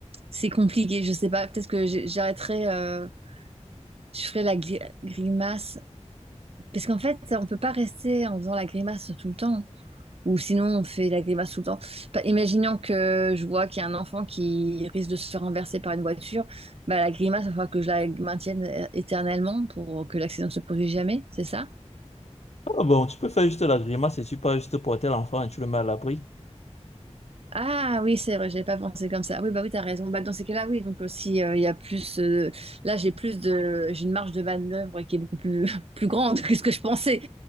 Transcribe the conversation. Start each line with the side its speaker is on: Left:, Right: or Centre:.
Right: C'est compliqué. Je sais pas. Peut-être que j'ai- j'arrêterai. euh, Je ferai la gri- grimace. Parce qu'en fait, on peut pas rester en faisant la grimace tout le temps. Ou sinon, on fait la grimace tout le temps. Pas- Imaginons que je vois qu'il y a un enfant qui risque de se faire renverser par une voiture. Bah, la grimace, il va falloir que je la maintienne é- éternellement pour que l'accident ne se produise jamais. C'est ça?
Left: Ah bon, tu peux faire juste la grimace et tu peux juste porter l'enfant et tu le mets à l'abri.
Right: Ah oui, c'est vrai, j'avais pas pensé comme ça. Ah Oui, bah oui, t'as raison. Bah, dans ces cas-là, oui, donc aussi, euh, il y a plus. euh, là, j'ai plus de. J'ai une marge de manœuvre qui est beaucoup plus, <laughs> plus grande que ce que je pensais.